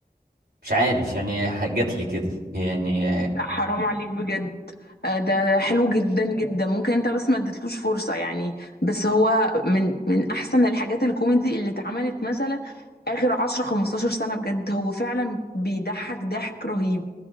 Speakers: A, on the right; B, on the left.
A: مش عارف يعني ح- جات لي كده يعني
B: لا حرام عليك بجد آه، ده ده حلو جدا جدا ممكن انت بس ما اديتلوش فرصة يعني بس هو من من احسن الحاجات الكوميدي اللي اتعملت مثلا اخر 10 15 سنة بجد هو فعلا بيضحك ضحك رهيب